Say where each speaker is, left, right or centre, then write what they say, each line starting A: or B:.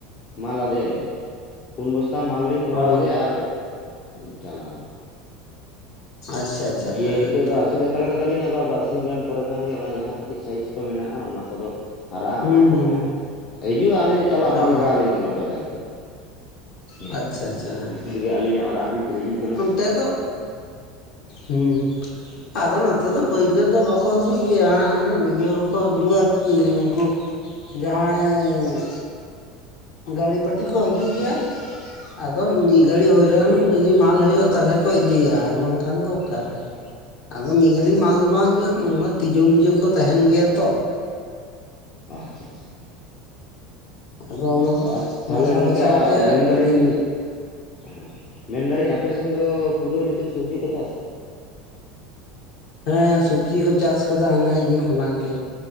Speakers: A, on the left; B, on the left.
A: ᱢᱟᱞ ᱟᱫᱮᱭᱟᱞᱤᱧ ᱯᱩᱱ ᱵᱚᱥᱛᱟ ᱢᱟᱞ ᱞᱤᱧ ᱠᱚᱨᱟᱣ
B: ᱚ
A: ᱟᱫᱮᱭᱟ ᱟᱨ ᱪᱟᱞᱟᱣᱱᱟ
B: ᱟᱪᱪᱷᱟ ᱟᱪᱪᱷᱟ
A: ᱫᱤᱭᱮ
B: ᱦᱮᱸ
A: ᱦᱤᱛᱳᱜ ᱫᱚ
B: ᱛᱚ
A: ᱟᱹᱥᱤᱛ ᱦᱟᱛᱟᱲ ᱠᱟᱫᱟᱞᱤᱧ ᱟᱵᱟᱨ ᱵᱟᱨᱥᱤᱧ ᱜᱟᱱ ᱯᱚᱨᱮ ᱠᱷᱟᱱ ᱜᱮ ᱚᱱᱟ ᱡᱟᱦᱟᱸ ᱠᱟᱹᱴᱤᱡ ᱥᱟᱭᱤᱡ ᱢᱮᱱᱟᱜᱼᱟ ᱚᱱᱟ ᱠᱚᱫᱚ ᱦᱟᱨᱟᱜᱼᱟ
B: ᱦᱩᱸ
A: ᱚᱱᱟ ᱠᱚᱦᱚᱸ
B: ᱦᱩᱸ
A: ᱦᱤᱡᱩᱜᱼᱟ ᱟᱹᱞᱤᱧ ᱪᱟᱞᱟᱜ ᱵᱟᱝ
B: ᱚ
A: ᱞᱟᱜᱟᱣ ᱟᱹᱞᱤᱧ ᱠᱟᱱᱟ ᱵᱟᱡᱟᱨ <inaudible>
B: ᱟᱪᱪᱷᱟ ᱟᱪᱪᱷᱟ
A: ᱯᱟᱹᱭᱠᱟᱹᱨᱜᱮ ᱟᱹᱞᱤᱧᱟᱜ ᱚᱲᱟᱜ ᱦᱟᱹᱵᱤᱡ ᱠᱚ ᱦᱤᱡᱩᱜ ᱠᱟᱱᱟ
B: ᱛᱮ ᱫᱚ ᱦᱩᱸ ᱟᱫᱚ ᱱᱚᱛᱮ ᱫᱚ ᱯᱟᱹᱭᱠᱟᱹᱨ ᱫᱚ ᱵᱟᱠᱚ ᱦᱤᱡᱩᱜ <inaudible> ᱤᱭᱟᱹ ᱠᱚ ᱦᱤᱡᱩᱜᱼᱟ ᱟᱨᱠᱤ ᱩᱱᱠᱩ ᱡᱟᱦᱟᱸᱭ ᱜᱟᱹᱲᱤ ᱯᱟᱴᱤ ᱠᱚ ᱦᱤᱡᱩᱜ ᱜᱮᱭᱟ ᱟᱫᱚ ᱢᱤᱫ ᱜᱷᱟᱹᱲᱤ ᱦᱳᱭ ᱨᱮ
A: ᱚ ᱚ
B: ᱡᱩᱫᱤ
A: ᱚ
B: ᱢᱟᱞ ᱦᱩᱭᱩᱜᱼᱟ ᱛᱟᱞᱦᱮ ᱠᱚ ᱤᱫᱤᱭᱟ ᱟᱨ ᱵᱟᱝᱠᱷᱟᱱ ᱫᱚ ᱚᱠᱟᱨᱮ ᱟᱫᱚ ᱢᱤᱫ ᱜᱟᱲᱤ ᱢᱟᱞ ᱫᱚ ᱵᱟᱝ ᱦᱤᱡᱩᱜᱼᱟ ᱱᱚᱣᱟ ᱛᱤᱡᱩ ᱢᱤᱡᱩ ᱠᱚ ᱛᱟᱦᱮᱱ ᱜᱮᱭᱟ ᱛᱚ
A: ᱟᱪᱪᱷᱟ ᱟᱪᱪᱷᱟ
B: ᱟᱫᱚ
A: ᱦᱮᱸ
B: ᱚᱱᱟ
A: ᱛᱚ ᱟᱨ ᱛᱟᱦᱞᱮ
B: ᱵᱟᱪᱷᱟᱣ
A: ᱜᱚᱝᱠᱮ
B: ᱵᱟᱪᱷᱟᱣ
A: ᱟ
B: ᱛᱮ
A: ᱢᱮᱱᱫᱟᱞᱤᱧ
B: ᱟᱹᱠᱷᱤᱨ
A: ᱦᱮᱸ ᱢᱮᱱᱫᱟᱞᱤᱧ ᱟᱯᱮ ᱥᱮᱱ ᱫᱚ ᱯᱩᱨᱟᱹ ᱱᱤᱛᱚᱜ ᱥᱚᱵᱽᱡᱤ ᱠᱚ ᱪᱟᱥᱟ?
B: ᱦᱮᱸ ᱥᱚᱵᱽᱡᱤ ᱠᱚ ᱪᱟᱥ ᱠᱟᱫᱟ ᱦᱟᱱᱮ ᱤᱭᱟᱹ ᱠᱷᱚᱱᱟᱜ ᱜᱮ᱾